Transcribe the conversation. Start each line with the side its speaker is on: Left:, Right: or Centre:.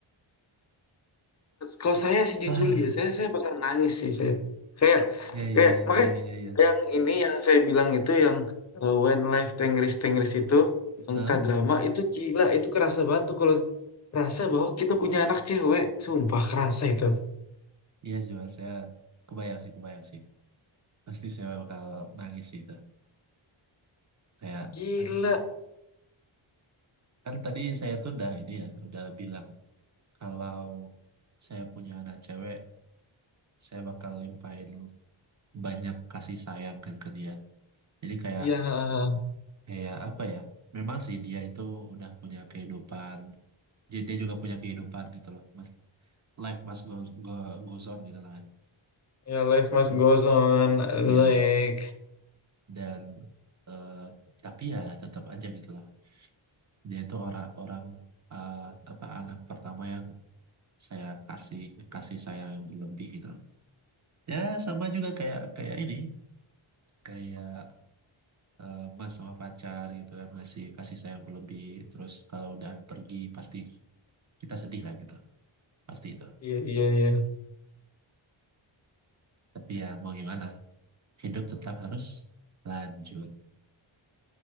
Left: Kalau saya sih jujur
Right: Ah,
Left: ya, saya saya bakal nangis sih saya. Kayak
Right: <sighs> ya ya
Left: kayak
Right: ya
Left: makanya
Right: ya ya.
Left: yang ini yang saya bilang itu yang uh, When Life Tengris Tengris itu yang
Right: Hah?
Left: K-drama itu gila, itu kerasa banget tuh kalau kerasa bahwa kita punya anak cewek, sumpah kerasa itu.
Right: Iya sih mas, saya kebayang sih kebayang sih. Pasti saya bakal nangis sih itu. Kayak
Left: Gila.
Right: aduh, kan tadi saya tuh udah ini ya, udah bilang kalau saya punya anak cewek, saya bakal limpahin banyak kasih sayang kan ke dia. Jadi kayak
Left: Ya,
Right: kayak apa ya? Memang sih dia itu udah punya kehidupan. Jadi dia juga punya kehidupan gitu loh. Mas, life must go, go, goes on gitu lah kan.
Left: ya life must
Right: Yup.
Left: goes on.
Right: Ya,
Left: Like,
Right: dan eh, tapi ya tetap aja gitu loh. Dia itu orang-orang eh, apa anak pertama yang saya kasih kasih sayang yang berlebih gitu. loh. Ya sama juga kayak kayak ini, kayak eh, mas sama pacar gitu kan ngasih kasih sayang berlebih terus kalau udah pergi pasti kita sedih lah gitu pasti itu
Left: iya iya iya.
Right: tapi ya mau gimana hidup tetap harus lanjut